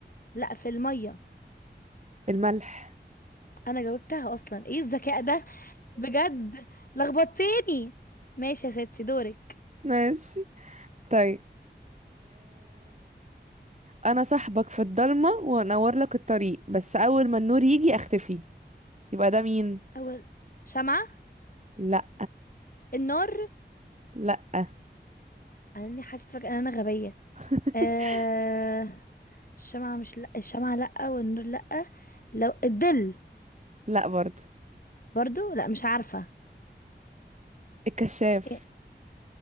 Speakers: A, on the left; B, on the right.
A: لا في المية
B: الملح
A: انا جاوبتها اصلا ايه الذكاء ده بجد لخبطتني ماشي يا ستي دورك
B: ماشي طيب انا صاحبك في الضلمه وانور لك الطريق بس اول ما النور يجي اختفي يبقى ده مين
A: اول شمعة
B: لا
A: النار
B: لا
A: انا اني حاسة فجأة ان انا غبية
B: <laughs>
A: آه... الشمعة مش لا الشمعة لا والنور لا لو الظل
B: لا برضو
A: برضو لا مش عارفة
B: الكشاف
A: يا